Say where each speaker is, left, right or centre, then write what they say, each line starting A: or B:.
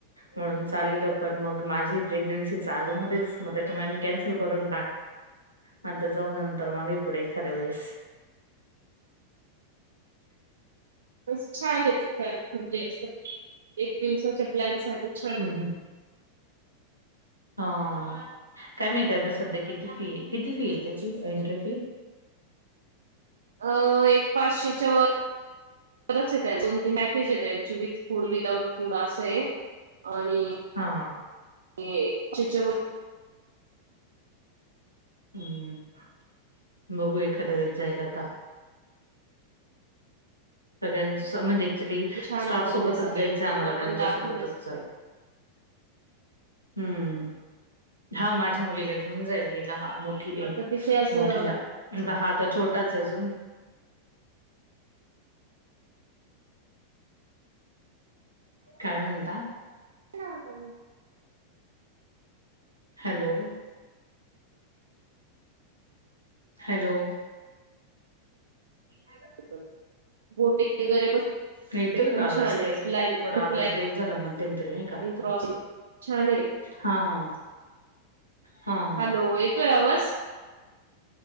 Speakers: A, on the right; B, on the right.
A: म्हणून चालेलं पण मग माझी ही चाल मध्येच
B: हा.
A: मग त्याच्यामुळे मी कॅन्सल करून. आता जाऊन नंतर मागे पुढे एखाद्या वेळेस.
B: स छान आहे ते म्हणजे अस एक दिवसाच्या प्लॅन साठी छान
A: हम्म
B: आहे.
A: ह काय माहित आहे आता सध्या किती फी आहे किती फी आहे त्याची एंट्री फी?
B: अ एक पाचशेच्या व परचेत दोन तीन पॅकेज येत त्यांची विथ फूड विदाउट फूड असं आहे. आणि.
A: हा.
B: एकशे च.
A: हम्म बघू एखादया वेळेस जाईल आता. सगळ्यां म्हणजे. क्चुली
B: छान
A: स्टाफ
B: आहे बघण्यासारखं
A: सोबतच जायच
B: आहे मुलांना
A: आम्हाला त्यांच्या
B: पण दाखवण्यासारखं
A: सोबतच चाल.
B: आहे
A: हम्म हा माझ्या मुलीला घेऊन जाईल मीला मोठ.
B: आता तिथे असं
A: मोठीला हा तर छोटाच अजून काय म्हणता.
B: <inaudible>
A: हॅलो. हॅलो. हॅलो.
B: <inaudible> बोटिंग वगैरे पण
A: येतोय
B: ते पण
A: का आवाज
B: छान आहेला.
A: ताई? थोडा आवाज ब्रेक झाला मध्यंतरी नाही का आता
B: कॉ छान
A: हा हा हा हा.
B: हॅलो. येतोय आवाज?